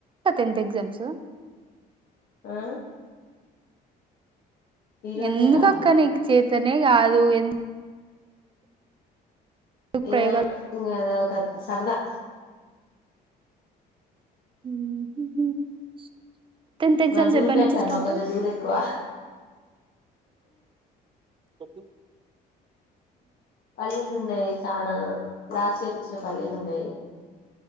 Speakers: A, on the right (about 30°); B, on the left (about 60°).
A: టెన్త్ ఎగ్జామ్స్
B: ఆ ఈ రోజేరా
A: ఎందుకక్క నీకు చేతనే కాదు ఎ ప్రయోగాలు
B: ఏమో ఇంగా అది ఒక సరదా
A: <inaudible> టెన్త్ ఎగ్జామ్స్
B: మాది ధూళిపేట
A: ఎప్పటి నుంచి
B: సార్
A: స్టార్ట్
B: మాకు కొంచెం ధూళి ఎక్కువ
A: ఉ
B: పల్లీలు ఉన్నాయి చానా లాస్ట్ ఇయర్ తెచ్చిన పల్లీలు ఉ